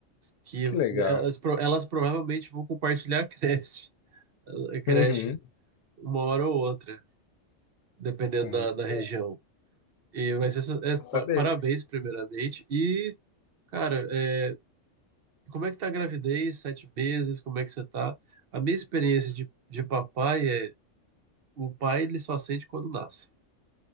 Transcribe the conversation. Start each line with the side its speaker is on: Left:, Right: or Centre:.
Right: que
Left: Que legal.
Right: elas, pro- elas provavelmente vão compartilhar a creche, a creche
Left: Uhum.
Right: uma hora ou outra, dependendo
Left: Muito
Right: da, da
Left: bom.
Right: região. E vai ser, essa- é,
Left: Bom
Right: pa-
Left: saber.
Right: parabéns, primeiramente. E, cara, é, E Como é que tá a gravidez? Sete meses? Como é que você tá? A minha experiência de, de papai é o pai ele só sente quando nasce.